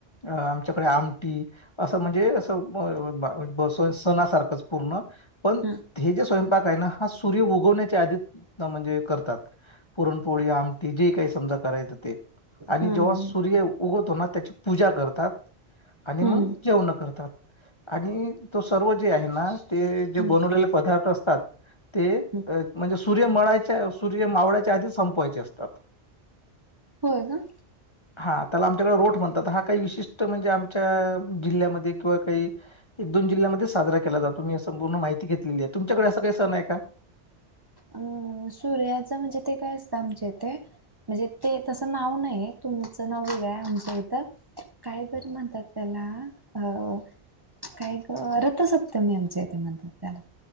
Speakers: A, on the left; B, on the right.
A: अ आमच्याकडे आमटी असं म्हणजे असं सणासारखंच पूर्ण पण,
B: हम्म
A: हे जे स्वयंपाक आहे ना हा सूर्य उगवण्याच्या आधी त म्हणजे करतात. पुरणपोळी, आमटी जे काही समजा करायचं ते. आणि
B: हम्म
A: जेव्हा
B: हम्म
A: सूर्य उगवतो ना त्याची पूजा करतात. आणि
B: हम्म
A: मग जेवण करतात, आणि तो सर्व जे आहे ना ते जे
B: हम्म
A: बनवलेले पदार्थ असतात, ते
B: हम्म
A: म्हणजे सूर्य मळाच्या सूर्य मावळायाच्या आधी संपवायचे असतात.
B: होय का?
A: हा त्याला आमच्याकडे रोट म्हणतात, हा काही विशिष म्हणजे आमच्या जिल्ह्यामध्ये किंवा काही एक दोन जिल्ह्यामध्ये साजरा केला जातो मूण माहि घेतलेली आहे तुमच्याकडे अस काही सण आहे का
B: अ सूर्याचं म्हणजे ते काय असतं आमच्या ते म्हणजे ते तसं नाव नाही तुमचं नाव वेगळं आहे आमच्या इथं काय बर म्हणतात त्याला अ काय रथसप्तमी आमच्या इथे म्हणतात त्याला